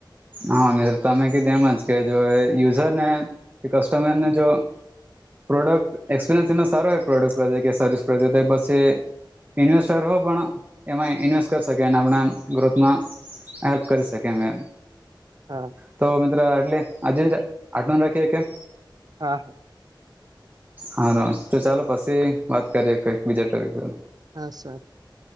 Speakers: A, on the right (about 20°); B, on the right (about 50°).
A: હા મેં તમે કીધું એમજ કે જો યુઝરને કસ્ટમરને જો પ્રોડક્ટ એક્સપિરિયન્સ એનો સારો એ પ્રોડક્ટ પ્રત્યે કે સર્વિસ પ્રત્યે કે પસી ઇન્વેસ્ટર હો પણ એમાં ઇન્વેસ્ટ કરી શકે અને આપણાં ગ્રોથમાં હેલ્પ શકે એમ એ
B: હા.
A: તો મિત્રો આટલે આજે જ આટલું રાખીએ હકીએ.
B: હા.
A: હારો તો ચાલો પસી વાત કરીએ કોઈક બીજા ટપિક પર.
B: હા સર